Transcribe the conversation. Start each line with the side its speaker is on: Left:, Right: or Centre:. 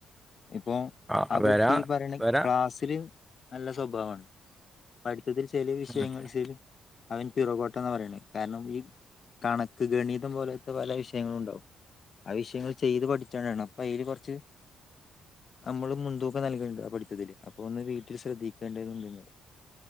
Left: ഇപ്പോ
Centre: ആ
Left: ആഹ്
Centre: വരാ
Left: കുട്ടി പറയണേ
Centre: വരാ
Left: ക്ലാസ്സില് നല്ല സ്വഭാവാണ് പഠിത്തത്തിൽ ചെലേ വിഷയങ്ങൾ
Centre: ഉം
Left: ചെലേ അവൻ പിറകോട്ടാന്നാ പറിണേ കാരണം ഈ കണക്ക് ഗണിതം പോലത്തെ പല വിഷയങ്ങളും ഉണ്ടാവും. ആഹ് വിഷയങ്ങൾ ചെയ്ത് പഠിച്ചുകൊണ്ടാണ് അപ്പ അയിൽ കൊർച്ച് നമ്മള് മുൻതൂക്കം നൽകേണ്ട ആഹ് പഠിച്ചതില് അപ്പൊ ഒന്ന് വീട്ടിൽ ശ്രദ്ധിക്കേണ്ടത് നിങ്ങള്